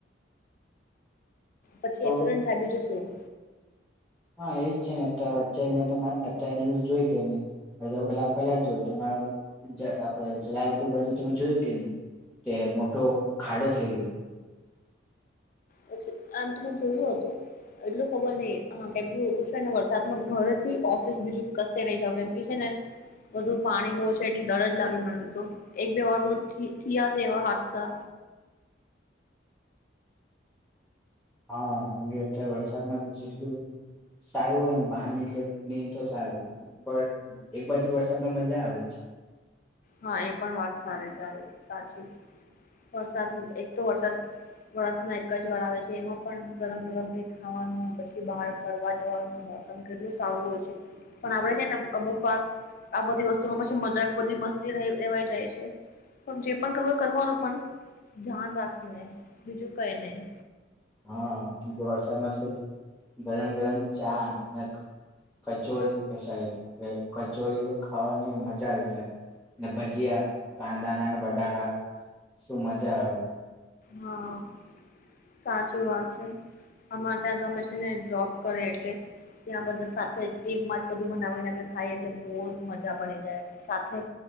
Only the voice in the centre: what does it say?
<inaudible>
તો
હા એવું જ છે ને <unintelligible> વચ્ચે જ અત્યારે ન્યુઝ જોઈ કે ની અડધો કલાક પહેલા જ જો તમારા આપડે જલાલપુર બાજુ તમે જોયું કે ની તે મોટો ખાડો થઈ ગયો
હા કેમ કે અત્યારે વરસાદમાં બી જેટલું સારું હોય ને બહાર નીકળે નહી તો સારું પણ એક બાજુ વરસાદમાં મજા આવે છે
હા કેમકે વરસાદમાં તો ગરમ ગરમ ચા <inaudible> કચોરી કસાઈ કચોરી ખાવાની મજા આવી જાય ને ભજીયા કાંદાના ને બટાકા શું મજા આવે